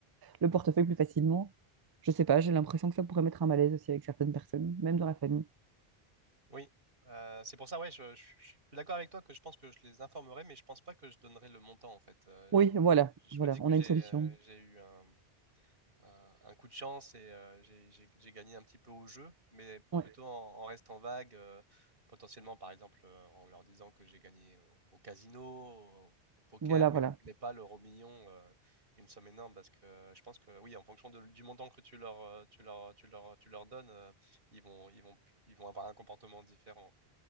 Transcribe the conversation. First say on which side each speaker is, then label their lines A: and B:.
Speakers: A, on the right; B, on the right.
A: le portefeuille plus facilement. Je sais pas, j'ai l'impression que ça pourrait mettre un malaise aussi avec certaines personnes, même dans la famille.
B: Oui, Euh, c'est pour ça, ouais, je, je- je suis d'accord avec toi que je pense que je les informerai, mais je pense pas que je donnerai le montant en fait. Euh, je,
A: Oui, voilà,
B: je
A: voilà,
B: dit que
A: on
B: j'ai
A: a une solution.
B: euh, j'ai eu un, un, un coup de chance et euh, j'ai j'ai- j'ai gagné un petit peu au jeu, mais
A: Ouais,
B: plutôt en, en restant vague, euh, potentiellement par exemple euh, en leur disant que j'ai gagné au, au casino, au, au poker,
A: voilà,
B: mais,
A: voilà,
B: mais pas l'euro million, euh, une somme énorme, parce que euh, je pense que oui, en fonction de- du montant que tu leur, euh, tu leur, tu leur, tu leur donnes, euh, ils vont, ils vont, ils vont avoir un comportement différent